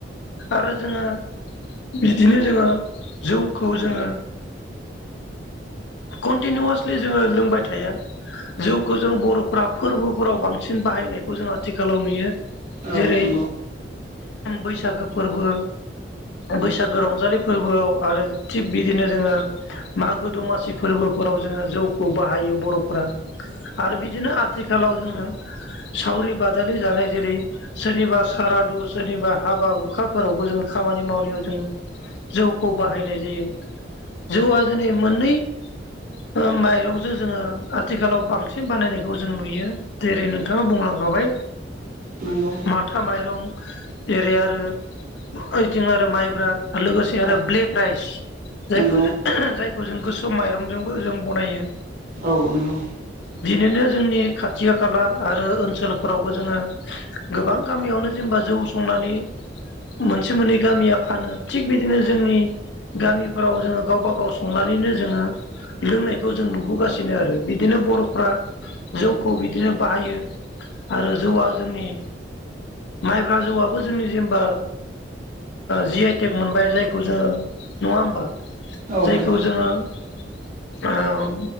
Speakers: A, on the left; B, on the right.
A: आरो जोङो बिदिनो जोङो जौ खौ जोङो कन्टिनिउवासलि जोङो लोंबाय थाया जौखौ जों बरफ्रा फोरबोफोराव बांसिन बाहायनायखौ जों आथिखालाव नुयो।
B: औ
A: जेरै
B: नंगौ
A: बैसागो फोरबो बैसागो रंजालि फोरबोआव आरो थिग बिदिनो जोङो मागो दमासि फोरबोफोराव जोङो जौखौ बाहायो बर'फोरा आरो बिदिनो आथिखालाव जोङो सावरि बादालि जानाय जेरै सोरनिबा सारादु सोरनिबा हाबा हुखाफोरावबो जोङो खामानि मावनायाव जोङो जौखौ बाहायनाय जायो जौआ जोनै मोननै ओ माइरंजों जोङो आथिखालाव बांसिन बानायनायखौ जों नुयो जेरै नोंथाङा बुंलांखाबाय
B: नंगौ
A: माथा माइरं जेरै आरो ओइथिं आरो माइब्रा लोगोसे आरो
B: औ
A: ब्लेक राइस जायखौ
B: नंगौ
A: <unintelligible> माइरंजोंबो जों बनायो।
B: औ नंगौ
A: बिनोनो जोंनि खाथि खाला आरो ओनसोलफोरावबो जोङो गोबां गामियावनो जेनेबा जौ संनानै मोनसे मोननै गामिया फानो थिग बिदिनो जोंनि गामिफोराव जोङो गावबा गाव संनानैनो जोङो लोंनायखौ जों नुबोगासिनो आरो बिदिनो बर'फ्रा जौखौ बिदिनो बाहायो आरो जौआ जोंनि माइब्रा जौआबो जोंनि जेनेबा जि आइ टेक मोनबाय जायखौ जोङो नङा होमबा।
B: औ
A: जायखौ
B: नंगौ
A: जोङो ओ